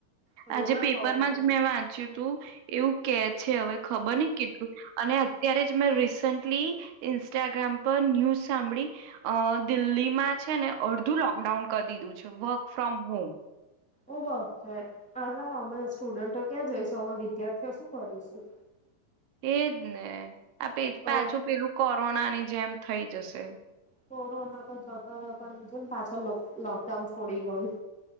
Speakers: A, in the centre; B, on the right.
A: એવું
B: આજે
A: ના
B: પેપરમાં
A: થવું જોઈએ
B: જ મેં વાંચ્યું હતું એવું કે છે હવે ખબર ને કેટલું અને અત્યારે જ મેં રિસેન્ટલી. ઇન્સ્ટાગ્રામ પર ન્યૂઝ સાંભળી અહહ દિલ્હીમાં છે ને અડધું લોકડાઉન કરી દીધું છે વર્ક ફ્રોમ હોમ.
A: ઓહ બાપરે અલા અમે સ્ટુડન્ટો ક્યાં જઈશું? અમે વિદ્યાર્થીઓ શું કરીશું?
B: એ જ ને. આ <unintelligible> પાછું
A: અ
B: પેલું કોરોનાની જેમ થઈ જશે.
A: કોરોના તો જતો રહ્યો પણ જોને પાછળ લોકડાઉન છોડી ગયું.